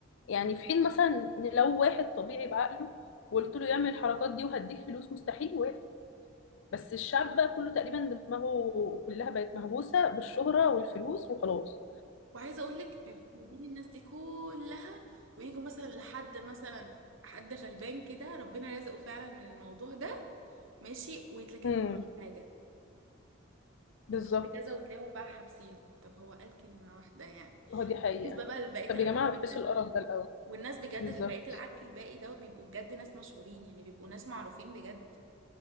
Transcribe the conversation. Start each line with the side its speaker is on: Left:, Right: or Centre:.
Left: يعني في حين مثلا ان لو واحد طبيعي بعقله وقلت له يعمل الحركات دي وهديك فلوس مستحيل يوافق. بس الشعب بقى كله تقريبا دماغه كلها بقت مهووسة بالشهرة والفلوس وخلاص
Right: وعايزه اقول لك بيبقوا جايبين الناس دي كلها ويجوا مثلا لحد مثلا حد غلبان كده ربنا رزقه فعلا من الموضوع ده ماشي ويتلككوا
Left: امم
Right: له على حاجه
Left: بالظبط
Right: انت قلت كذا وتلاقيهم بقى حابسينه طب هو قال كلمه واحده يعني
Left: هو دي حقيقة
Right: بالنسبه بقى لبقيه
Left: طب
Right: العك
Left: يا جماعة احبسوا
Right: ده
Left: القرف ده الأول
Right: والناس بجد
Left: بالظبط
Right: بقيه العك الباقي ده بيبقوا بجد ناس مشهورين يعني بيبقوا ناس معروفين بجد